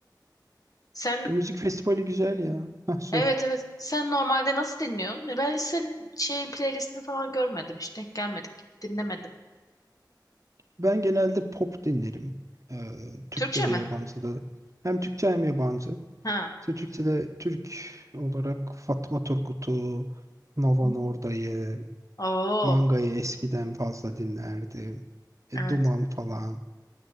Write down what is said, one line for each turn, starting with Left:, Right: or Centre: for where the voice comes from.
Left: Sen
Right: O müzik festivali güzel ya. Heh, sor.
Left: Evet evet. Sen normalde nasıl dinliyorsun? E, Ben hiç senin şeyin playlistini falan görmedim. Hiç denk gelmedik. Dinlemedim.
Right: Ben genelde pop dinlerim. Ee, Türkçe
Left: Türkçe mi?
Right: de yabancı da. Hem Türkçe hem yabancı.
Left: Ha.
Right: Türkçe'de Türk olarak Fatma Turgut'u, Nova
Left: Hmm.
Right: Norda'yı,
Left: Oo.
Right: Manga'yı eskiden fazla dinlerdim. E,
Left: Evet.
Right: Duman falan.